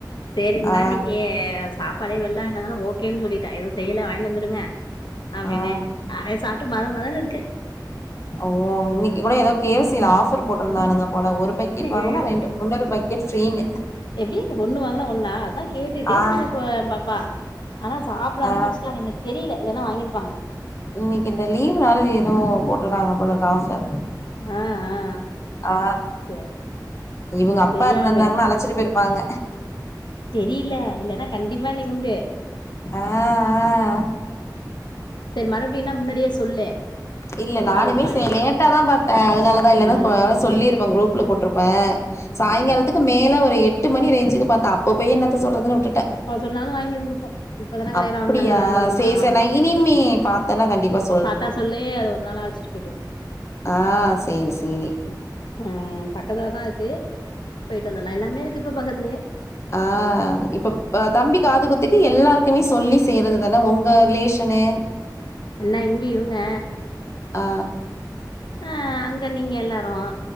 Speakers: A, on the left (about 80°); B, on the left (about 40°).
A: சேரிந்தா
B: ஆ
A: இன்னைக்கு சாப்பாடே வெள்ல வாங்கிட்டு வந்தோன்னே ஓகேன்னு சொல்லிட்ட எதுவு செய்யல வாங்கிட்டு வந்துருங்க அப்டின்னே
B: ஆ ஆ
A: அப்டே சாப்ட்டு மத மதனு இருக்கு
B: ஓ இன்னிக்கு கூடோ ஏதோ கே எஃப் சி ல ஆஃபர் போட்ருந்தானுங்க போல ஒரு பக்கெட் வாங்குனா
A: ஐயையோ
B: ரெண்டு உன்னொரு பக்கெட் ஃபிரீனு
A: எப்டி ஒன்னு வாங்குனா ஒன்னா அதா கேட்டுட்டே
B: ஆ
A: இருந்து ஏ பாப்பா ஆனா சாப்டாம
B: ஆ
A: வச்சுட்டாங்க இன்னிக்கு தெரில இல்லனா வாங்கிருப்பாங்க
B: இன்னிக்கு இந்த லீவ் நாள்னு ஏதோ போட்ருக்காங்க போலருக்கு ஆஃபர்
A: ஆ ஆ
B: ஆ
A: சரி
B: இவுங்க அப்பா
A: தெரியாம
B: இருந்துருந்தாங்கன்னா அழச்சிட்டு போயிருப் பாங்க
A: தெரியில இல்லன்னா கண்டிப்பா இன்னிக்உண்டு
B: ஆ ஆ
A: சேர் மறுபுடினா முன்னாடியே சொல்லு
B: இல்ல
A: ஒரு
B: நானுமே
A: நாள் இதுக்கு வாங்கி
B: சே லேட்டா தா பாத்த அதுனாலதா இல்லன்னா
A: ஆ
B: கொ சொல்லிருப்ப குரூப்ல போட்ருப்ப சாய்ங்காலத்துக்கு
A: ம்
B: மேல ஒரு எட் எட்டு மணி ரேஞ்சுக்கு பாத்த அப்ப போய் என்னத்த சொல்றதுனு டுட்ட
A: அப்ப சொன்னாலு வாங்கி இருந்திருப்போ இப்பதான கடையில
B: அப்டியா
A: வாங்குனாங்க அதாங்க வாங்கிக்கலா
B: சே சே
A: ஆமா
B: நா இனிமே பாத் தேன்னா கண்டிப்பா சொ
A: பாத்தா சொல்லு அது ஒரு நாள் அழசிட்
B: ஆ சேரி சேரி
A: ஆ பக்கத்துலதா இருக்கு போயிட்டு வந்துர்லா எல்லாமே இருக்கு இப்ப பக்கத்துலேயே
B: ஆ இப்ப ஆ தம்பி காது குத்துக்கு எல்லாருக்குமே சொல்லி செய்றது தான உங்க ரிலேஷனு
A: என்ன இங்கே இவுங்க
B: ஆ
A: ஆ அங்க நீங்க எல்லாரு